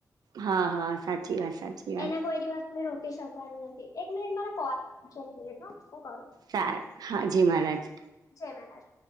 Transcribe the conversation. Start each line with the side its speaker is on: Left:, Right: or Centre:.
Right: હા હા સાચી વાત સાચી વાત
Left: એને કોઈ દિવસ રોકી શકવાનું નથી એક મિનિટ મારે કોલ એક મિનિટ હું કરું
Right: સારુ હાજી મહારાજ
Left: જય મહારાજ